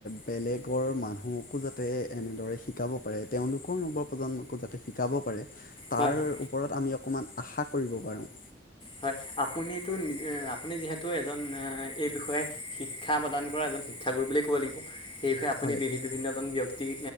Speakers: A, on the left (about 55°); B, on the left (about 30°).
A: বেলেগৰ মানুহকো যাতে এনেদৰে শ শিকাব পাৰে তেওঁলোকৰ নৱ প্ৰ্জন্মকো যাতে শিকাব পাৰে তাৰ
B: হয়
A: ওপৰত আমি অকণমান আশা কৰিব পাৰোঁ।
B: হয় আপুনিতো আপুনি যিহেতু এজন এই বিষয়ে শিক্ষা প্ৰদান কৰা শিক্ষাগুৰু বুলিয়েই ক'ব লাগিব, সেই বিষয়ে আপুনি
A: হয়
B: বি বিভিন্নজন ব্যক্তিক